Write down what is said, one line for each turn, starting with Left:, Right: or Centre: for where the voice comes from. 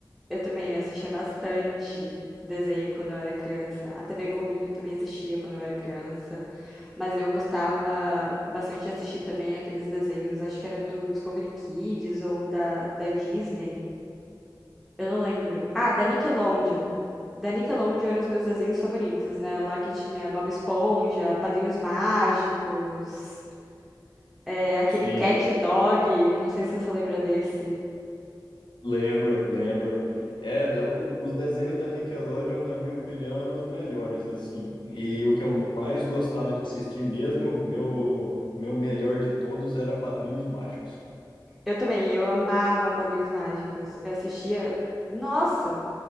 Centre: Eu também assistia bastante desenho quando eu era criança. A TV Globinho também existia quando eu era criança. Mas eu gostava bastante de assistir também aqueles desenhos, acho que era do Discovery Kids ou da, da Disney. Eu não lembro. Ah, da Nickelodeon. Da Nickelodeon eram os meus desenhos favoritos, né? Lá que tinha Bob Esponja, Padrinhos Mágicos, é, aquele
Left: Sim,
Centre: Cat Dog. Não sei se você lembra desse.
Left: lembro, lembro. É, da- o- os desenhos da Nickelodeon, na minha opinião, eram os melhores, assim. E o que eu mais gostava de assistir mesmo, meu, meu melhor de todos era Padrinhos Mágicos.
Centre: Eu também, eu amava Padrinhos Mágicos. Eu assistia. Nossa!